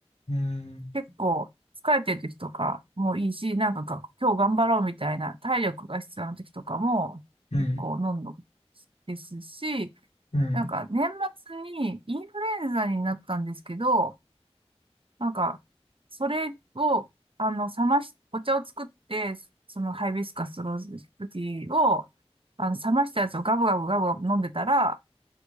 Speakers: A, on the left; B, on the right.
A: うん、
B: 結構、疲れてる時とかもいいし、なんかが、今日頑張ろうみたいな体力が必要な時とかも、
A: うん、
B: 結構飲んどくですし、
A: うん。
B: なんか、年末にインフルエンザになったんですけど、なんか、それを、あの、冷まし、お茶を作って、そのハイビスカスローズティーを、あの、冷ましたやつをガブガブガブガブ飲んでたら、